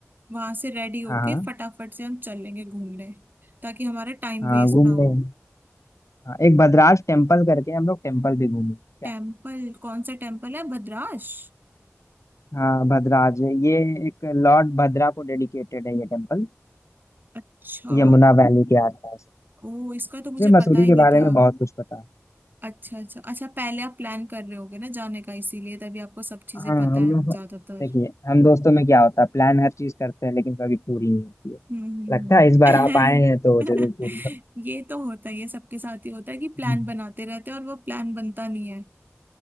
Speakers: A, on the right; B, on the left.
A: वहां से रेडी होके
B: हाँ
A: फटाफट से हम चल लेंगे घूमने ताकि हमारा टाइम
B: हाँ
A: वेस्ट
B: घूम
A: ना हो
B: लेंगे हाँ एक भद्राज टेम्पल करके हम लोग टेम्पल भी घूमेंगे क्या
A: टेम्पल कौन सा टेम्पल है भद्राश
B: हाँ भद्राज ये एक लॉर्ड भद्रा को डेडिकेटेड है ये टेम्पल
A: अच्छा
B: यमुना वैली के आसपास
A: ओ इसका
B: मुझे
A: तो मुझे
B: मसूरी
A: पता ही
B: के
A: नहीं
B: बारे
A: था
B: में बहुत कुछ पता है
A: अच्छा अच्छा अच्छा पहले आप प्लान कर रहे होगे ना जाने का इसीलिए तभी आपको सब चीजें
B: हाँ
A: पता
B: हम
A: है
B: लोग
A: ज्यादातर
B: देखिए हम दोस्तों में क्या होता है प्लान हर चीज करते हैं लेकिन कभी पूरी नहीं होती है
A: हम्म हम्म,
B: लगता है इस बार
A: हम्म।
B: आप आए हैं तो
A: <laughs>
B: जरूर पूरी हो
A: ये तो होता है ये सबके साथ ही होता है कि प्लान
B: हम्म,
A: बनाते रहते हैं और वो प्लान बनता नहीं है।